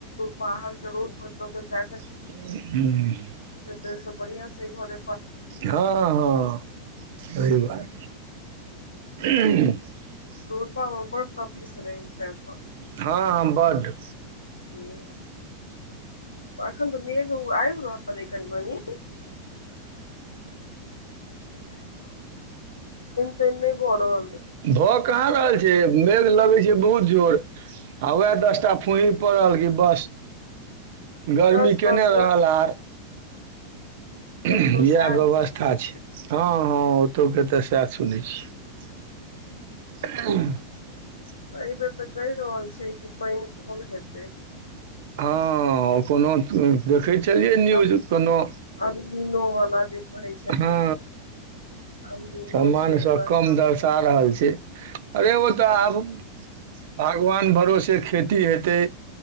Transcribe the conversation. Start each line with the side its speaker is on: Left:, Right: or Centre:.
Left: बाहर के रोड मतलब जा
Right: <unintelligible>
Left: बढ़िया स घर
Right: हँ हँ सहि बात <unintelligible>
Left: रोड पर रोबर तपीस रहै छै
Right: हँ हँ बड्ड
Left: हूं एखन तऽ मेघ ओ आबि रहल अ कनि मनी तानि नहि भऽ रहल अइ
Right: भअ कहा रहल छै लगै छै बहुत जोर आ वैह
Left: हँ
Right: दस ता फुहि पड़ल कि बस गर्मी
Left: बस
Right: केने
Left: बस
Right: रहल आर
Left: एतौ
Right: इएह
Left: सएह
Right: व्यवस्था
Left: स्थिति
Right: छै हँ हँ ओतौ के तऽ सैह सुनय छियै <unintelligible>
Left: एहि बेर तऽ कहि रहल छै कि पानि कम हेतै
Right: हँ कोनो देखैत चलै न्यूज
Left: अल
Right: कोनो
Left: अलनीनो वाला जे कहै छै ने
Right: हँ
Left: अलनीनो
Right: सामानसँ
Left: छै एहि बेर
Right: कम
Left: साल
Right: दर्शा रहल छै अरे ओ तऽ
Left: हँ
Right: आब भगवान भरोसे खेती हेतै